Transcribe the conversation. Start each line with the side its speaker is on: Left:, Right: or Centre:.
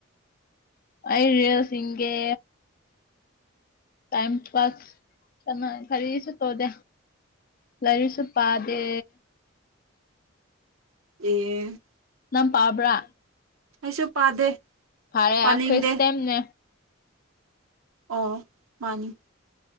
Left: ꯑꯩ ꯔꯤꯌꯦꯜꯁ ꯌꯦꯡꯒꯦ꯫ ꯇꯥꯏꯝ ꯄꯥꯁ ꯀꯅ ꯀꯔꯤꯁꯨ ꯇꯣꯗꯦ꯫ ꯂꯥꯏꯔꯤꯛꯁꯨ ꯄꯥꯗꯦ꯫
Right: ꯑꯦ
Left: ꯅꯪ ꯄꯥꯕ꯭ꯔꯥ
Right: ꯑꯩꯁꯨ ꯄꯥꯗꯦ꯫
Left: ꯄꯥꯏꯌꯦ
Right: ꯄꯥꯅꯤꯡꯗꯦ
Left: ꯑꯈꯣꯏ ꯁꯦꯝꯅꯦ
Right: ꯑꯣ ꯃꯥꯅꯤ